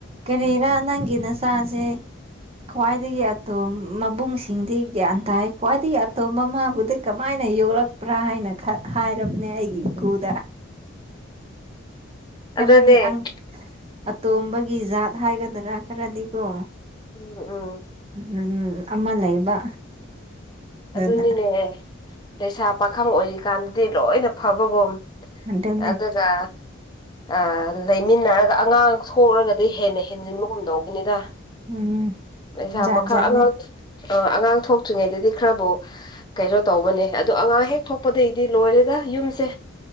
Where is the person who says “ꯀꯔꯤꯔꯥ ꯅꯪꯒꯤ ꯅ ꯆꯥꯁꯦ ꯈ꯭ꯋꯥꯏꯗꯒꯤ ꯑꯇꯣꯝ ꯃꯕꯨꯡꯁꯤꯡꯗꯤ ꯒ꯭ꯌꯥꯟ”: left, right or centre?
Right